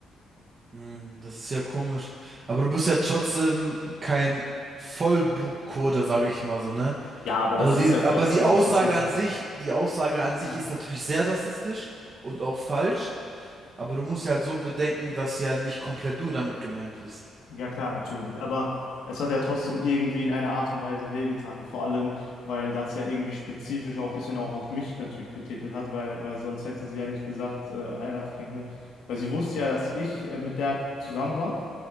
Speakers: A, on the right; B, on the left.
A: Hm, das ist ja komisch. Aber du bist ja trotzdem kein Vollblutkurde, sage ich mal so, ne?
B: Ja, aber
A: Also
B: das
A: die,
B: ist ja trotzdem
A: aber die Aussage
B: rassistisch.
A: an sich, die Aussage an sich
B: Ja,
A: ist natürlich sehr rassistisch und auch falsch. Aber du musst ja halt so bedenken, dass ja nicht komplett du damit gemeint bist.
B: ja klar, natürlich. Aber es hat ja trotzdem irgendwie in einer Art und Weise wehgetan. Vor allem, weil das ja irgendwie spezifisch auch ein bisschen auch auf mich natürlich betitelt hat, weil, weil sonst hätte sie ja nicht gesagt, äh, heirate keinen Hund. Weil sie wusste ja, dass ich äh, mit der zusammen war.